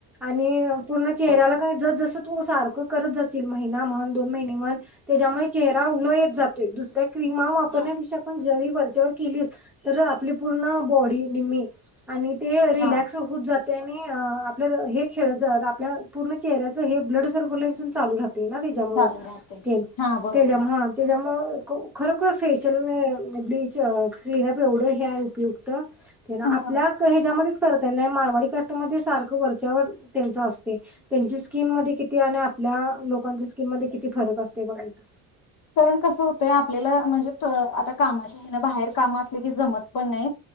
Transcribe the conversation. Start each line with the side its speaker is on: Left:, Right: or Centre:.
Centre: आणि पूर्ण चेहऱ्याला
Left: बरोबर
Centre: काय जस जसत तू सारख करत जाशील महिना म्हण दोन महिने म्हण त्याच्यामुळे चेहरा उलत जातोय दुसऱ्या क्रीमा वापरण्या
Left: हा
Centre: पेक्षा <unintelligible> वरच्यावर केली तर आपली पूर्ण बॉडी निम्मी आणि ते रिलॅक्स
Left: हा
Centre: होऊत जात त्यानी अ आपल्याला हे खेळ जात आपल्या पूर्ण चेहऱ्याचं हे ब्लड सर्क्युलेशन चालू राहत ना त्याच्या मूळ
Left: चालू राहते
Centre: त्या
Left: हा बरोबर
Centre: त्याच्या मूळ
Left: आहे
Centre: हा त्याच्यामुळ ख खरोखर फेशियल ब्लीच <unintelligible>
Left: हा
Centre: आपल्या ह्याच्यामध्ये खर त्यांना मारवाडी कस्टमर मध्ये सारखं वरच्यावर त्यांच असत त्यांची स्किनमध्ये त्या आणि आपल्या लोकांच्या स्किन मध्ये किती फरक असतेय बघायच
Left: कारण कसं होतंय आपल्याला म्हणजे त्यो आता कामाच्या बाहेर काम असल की जमत <unintelligible> नाही